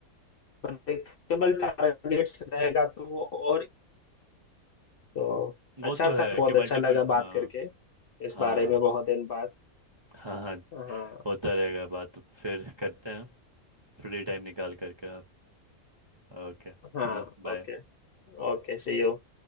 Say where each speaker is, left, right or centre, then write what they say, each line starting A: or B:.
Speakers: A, on the left; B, on the right.
A: ब्रेकेबल टारगेट्स रहेगा तो वो और तो
B: वो
A: अच्छा
B: तो है
A: था बहुत
B: कि मल्टीपल
A: अच्छा लगा
B: हाँ
A: बात करके इस
B: हाँ
A: बारे में बहुत दिन बाद
B: हाँ हाँ
A: हाँ
B: होता रहेगा बात तो फिर करते हैं फ्री टाइम निकाल करके आप ओके
A: हाँ
B: चलो बाय
A: ओके Okay see you